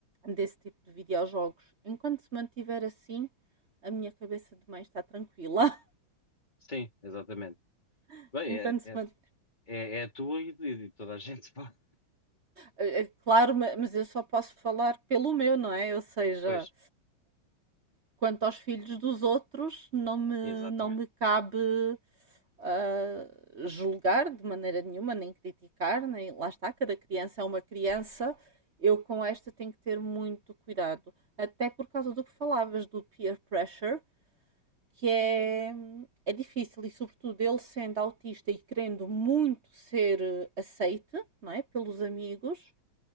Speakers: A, on the right (about 45°); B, on the left (about 20°).
A: desse tipo de videojogos. Enquanto se mantiver assim, a minha cabeça de mãe está tranquila.
B: Sim, exatamente.
A: <laughs>
B: Bem,
A: Enquanto
B: é, é,
A: se mant...
B: é, é a tua e de, de toda a <laughs> gente. pá.
A: Eh, eh, Claro, ma- mas eu só posso falar pelo meu, não é? Ou seja,
B: Pois,
A: Quanto aos filhos dos outros, não me,
B: exatamente.
A: não me cabe ah, julgar de maneira nenhuma, nem criticar, nem lá está, cada criança é uma criança. Eu com esta tenho que ter muito cuidado, até por causa do que falavas do peer pressure, que é, é difícil e sobretudo ele sendo autista e querendo muito ser eh, aceite, não é, pelos amigos,